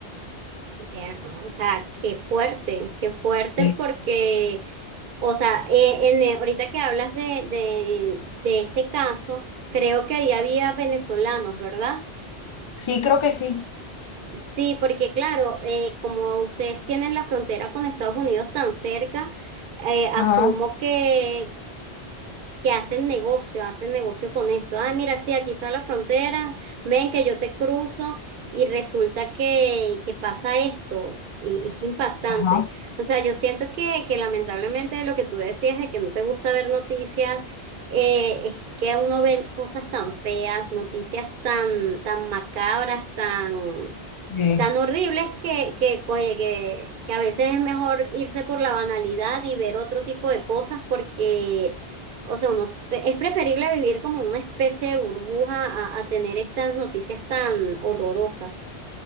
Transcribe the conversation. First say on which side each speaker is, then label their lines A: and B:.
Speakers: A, on the right; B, on the left.
A: Qué tierno, o sea, qué fuerte, qué fuerte
B: Sí.
A: porque, o sea, eh, en, eh, ahorita que hablas de, de, de este caso, creo que ahí había venezolanos, ¿verdad?
B: Sí, creo que sí.
A: Sí, porque claro, eh, como ustedes tienen la frontera con Estados Unidos tan cerca, eh, asumo
B: Ajá,
A: que que hacen negocio, hacen negocio con esto. Ay, mira, sí, aquí está la frontera, ven que yo te cruzo y resulta que, que pasa esto y es impactante.
B: ajá.
A: O sea, yo siento que, que lamentablemente lo que tú decías de que no te gusta ver noticias, eh, es que uno ve cosas tan feas, noticias tan, tan macabras, tan
B: Sí.
A: tan horribles que, que, oye, que, que a veces es mejor irse por la banalidad y ver otro tipo de cosas porque o sea, uno espe- es preferible vivir como una especie de burbuja a, a tener estas noticias tan horrorosas.